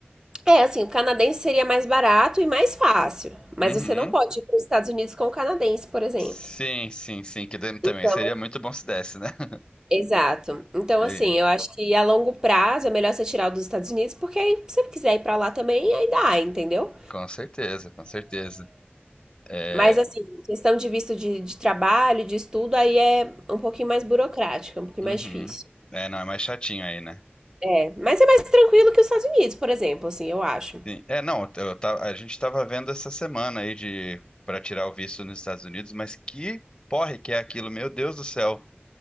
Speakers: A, on the right; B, on the left.
A: É, assim, o canadense seria mais barato e mais fácil, mas
B: Uhum.
A: você não pode ir para os Estados Unidos com o canadense, por exemplo.
B: Sim, sim, sim, que daí também
A: Então,
B: seria muito bom se desse, né? <laughs>
A: exato. Então,
B: E-
A: assim, eu acho que a longo prazo é melhor você tirar o dos Estados Unidos, porque aí, se você quiser ir para lá também, aí dá, entendeu?
B: com certeza, com certeza. É,
A: Mas, assim, questão de visto de, de trabalho, de estudo, aí é um pouquinho mais burocrática, um pouquinho
B: uhum.
A: mais difícil.
B: É, não, é mais chatinho aí, né?
A: É, mas é mais tranquilo que os Estados Unidos, por exemplo, assim, eu acho.
B: Sim. É, não, eu ta- a gente estava vendo essa semana aí de para tirar o visto nos Estados Unidos, mas que porre que é aquilo, meu Deus do céu.